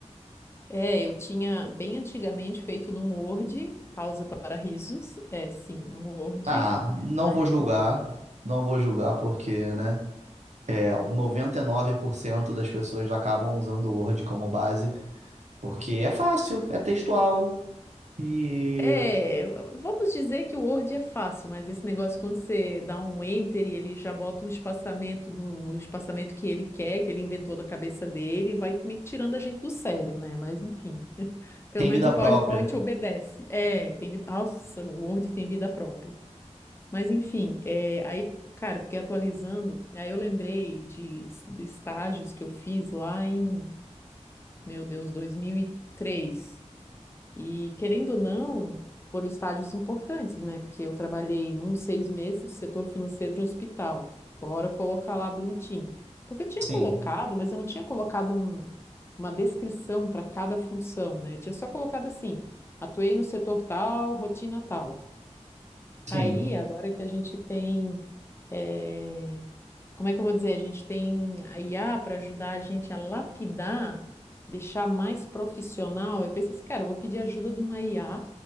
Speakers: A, on the left; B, on the right.
A: É, eu tinha bem antigamente feito num Word, pausa para risos, é sim, num Word.
B: Ah, não
A: Né?
B: vou julgar, não vou julgar porque, né, é, 99% das pessoas acabam usando o Word como base porque é fácil, é textual e
A: É, vamos dizer que o Word é fácil, mas esse negócio quando você dá um enter e ele já bota um espaçamento no, no espaçamento que ele quer, que ele inventou da cabeça dele, vai meio que tirando a gente do sério, né? Mas enfim. Pelo
B: tem
A: menos
B: vida
A: o PowerPoint
B: própria.
A: obedece. É, tem vida. Nossa, o Word tem vida própria. Mas enfim, é, aí, cara, eu fiquei atualizando. Aí eu lembrei de, de estágios que eu fiz lá em, meu Deus, 2003. E querendo ou não, foram estágios importantes, né? Porque eu trabalhei num seis meses no setor financeiro de um hospital. Bora colocar lá bonitinho. Porque eu tinha
B: Sim,
A: colocado, mas eu não tinha colocado um- uma descrição para cada função, né? Eu tinha só colocado assim: atuei no setor tal, rotina tal.
B: sim,
A: Aí, agora que a gente tem. eh, como é que eu vou dizer? A gente tem a IA para ajudar a gente a lapidar, deixar mais profissional. Eu pensei assim, cara, eu vou pedir ajuda de uma IA